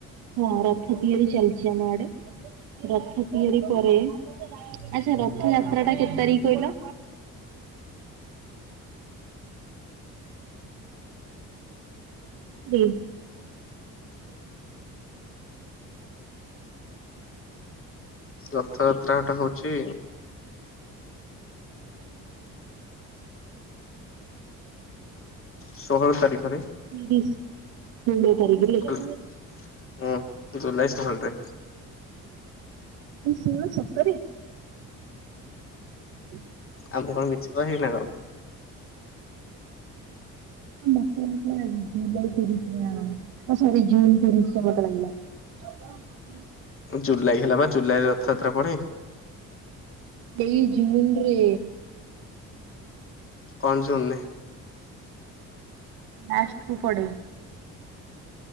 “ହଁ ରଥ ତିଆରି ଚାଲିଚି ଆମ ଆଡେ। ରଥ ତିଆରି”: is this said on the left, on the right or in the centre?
Right